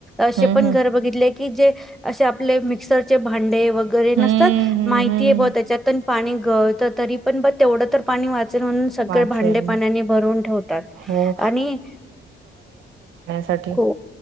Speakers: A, in the centre; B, on the right.
A: अस
B: हं,
A: पण
B: हं.
A: घर बघितले की, जे असे आपले मिक्सरचे भांडे वगैरे नसतात,
B: हं, हं,
A: माहिती
B: हं.
A: आहे ब त्याच्यात पाणी गळत तरी पण बघ तेवढं तर पाणी वाचत म्हणून सगळे
B: वाचेल.
A: भांडे पाण्याने भरून ठेवतात
B: हो,
A: आणि
B: साठी
A: हो